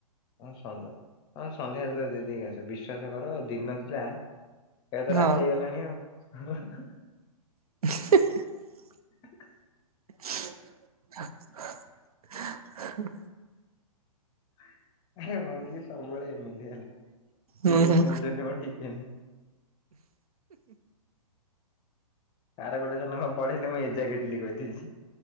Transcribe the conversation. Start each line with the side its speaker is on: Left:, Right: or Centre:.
Left: ହଁ ସଞ୍ଜ ହଁ ସନ୍ଧ୍ୟା ହି ସନ୍ଧ୍ୟା ଦେଇ ଦେଇକି ଆସ ବିଶ୍ୱାସ କର ଦିନ ଥିଲା। ଏବେ ତ
Right: ହଁ
Left: ରାତି ହେଇଗଲାଣି ଆଉ। ହୁଁ ହୁଁ
Right: <inaudible>
Left: <inaudible>
Right: <inaudible>
Left: <inaudible> ଆରେ ମୁଁ ଟିକେ ସବୁବେଳେ ଏମିତି ହେଲା ସେଇଥିପାଇଁ
Right: ହୁଁ ହୁଁ
Left: ଟିକେନି ଆର ଗୋଟେ ଜଣ କଣ ପଢେଇଲେ ମୁଁ ଏଜା କେଟିଲି କହିଦେଇଚି।